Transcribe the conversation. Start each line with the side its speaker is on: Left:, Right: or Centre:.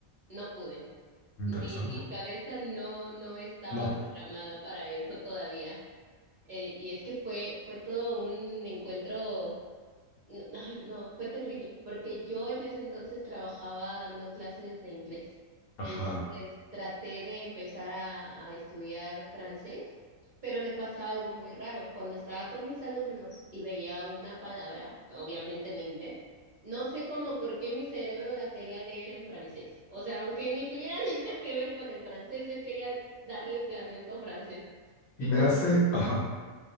Right: No pude.
Left: Interesante.
Right: Mi, mi cabeza no, no estaba
Left: No,
Right: programada para eso todavía. Eh, y es que fue, fue todo un encuentro no, ay, no, fue terrible, porque yo en ese entonces trabajaba dando clases de inglés.
Left: ajá.
Right: Entonces traté de empezar a, a estudiar francés, pero me pasaba algo muy raro. Cuando estaba con mis alumnos y veía una palabra, obviamente en inglés, no sé cómo por qué mi cerebro la quería leer en francés. O sea, aunque ni tuviera <laughs> nada que ver con el francés, yo quería darles de acento francés. Y
Left: Me
Right: cuando,
Left: hace, ajá.